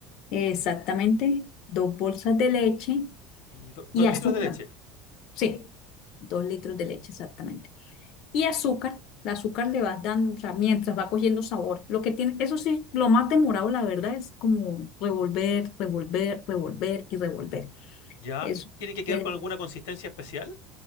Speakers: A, on the left; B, on the left.
A: Exactamente, dos bolsas de leche
B: y 2
A: y azúcar.
B: litros de leche.
A: Sí, dos litros de leche, exactamente. Y azúcar, el azúcar le vas dando, o sea, mientras va cogiendo sabor. Lo que tiene, eso sí, lo más demorado, la verdad, es como revolver, revolver, revolver y revolver.
B: Ya,
A: Eso,
B: y tiene que quedar
A: eh,
B: con alguna consistencia especial.